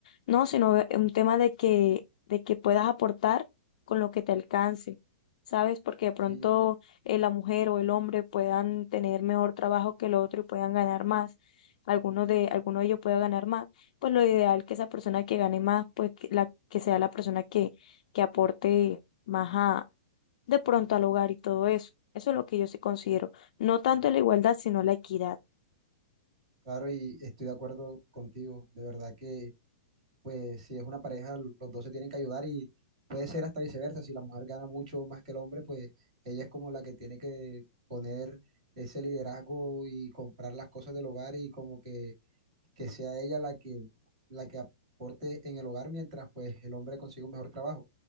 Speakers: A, on the left; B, on the right.
A: No, sino es un tema de que, de que puedas aportar con lo que te alcance. ¿Sabes? Porque de pronto
B: sí,
A: eh, la mujer o el hombre puedan tener mejor trabajo que el otro y puedan ganar más alguno de, alguno de ellos pueda ganar más, pues lo ideal que esa persona que gane más, pues que, la, que sea la persona que, que aporte más a, de pronto al hogar y todo eso. Eso es lo que yo sí considero. No tanto
B: sí,
A: la igualdad, sino la equidad.
B: claro y estoy de acuerdo contigo. De verdad que pues si es una pareja, los dos se tienen que ayudar y puede ser hasta viceversa, si la mujer gana mucho más que el hombre, pues ella es como la que tiene que poner ese liderazgo y comprar las cosas del hogar y como que, que sea ella la que, la que aporte en el hogar mientras pues el hombre consigue un mejor trabajo.